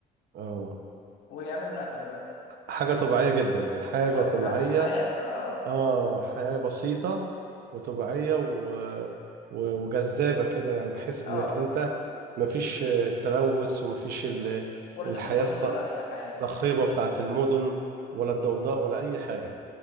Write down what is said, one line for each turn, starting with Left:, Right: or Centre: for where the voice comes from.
Right: اه
Left: ويعملوا الأكل بقى
Right: حاجة طبيعية جدا يعني حاجة
Left: اه
Right: طبيعية
Left: ح... حياة اه
Right: اه حياة بسيطة وطبيعية و... و... وجذابة كده يعني بحيث
Left: اه
Right: انك انت مفيش آه، تلوث ومفيش ال...
Left: ولا
Right: الحياة
Left: تكنولوجيا
Right: الص-
Left: ولا أي حاجة
Right: الصاخبة بتاعت المدن ولا
Left: مم.
Right: الضوضاء ولا أي حاجة